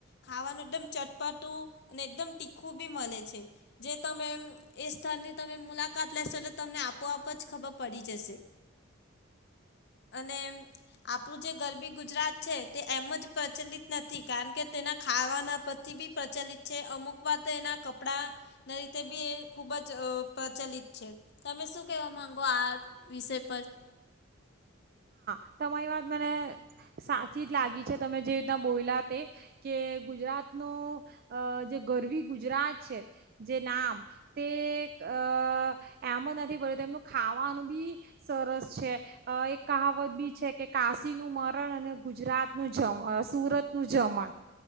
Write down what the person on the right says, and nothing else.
તમાય વાત મને સાચી જ લાગી છે. તમે જે રીતના બોલા તે કે ગુજરાતનું અ જે ગરવી ગુજરાત છે. જે નામ તે અ એમ જ નથી પડ્યું એનું ખાવાનું બી સરસ છે એક કહાવત બી છે કે કાશીનું મરણ અને ગુજરાતનું જમ સુરતનું જમણ